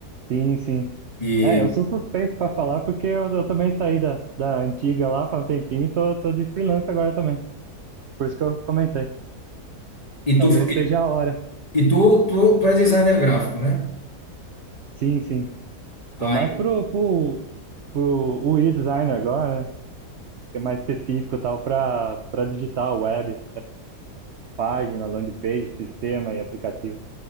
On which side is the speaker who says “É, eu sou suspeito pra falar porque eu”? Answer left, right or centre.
Right